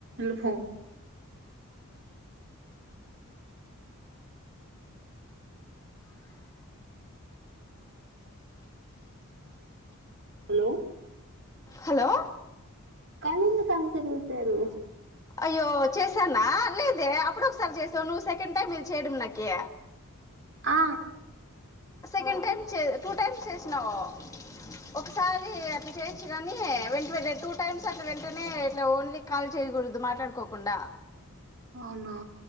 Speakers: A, on the right; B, on the left.
A: లుహో hello
B: hello
A: కలింద calls చేశారు
B: అయ్యో చేసానా లేదే అప్పుడు ఒకసారి చేసావు నువ్వు సెకండ్ టైమ్ ఇది చేయడం నాకి
A: ఆ
B: సెకండ్ టైమ్ చే టూ టైమ్స్ చేసినావు ఒకసారి అట్ల చేయచ్చు కానీ వెంట వెంట టూ టైమ్స్ అట్లా వెంటనే ఇట్లా ఓన్లీ కాల్ చేయకూడదు మాట్లాడుకోకుండా
A: అవునా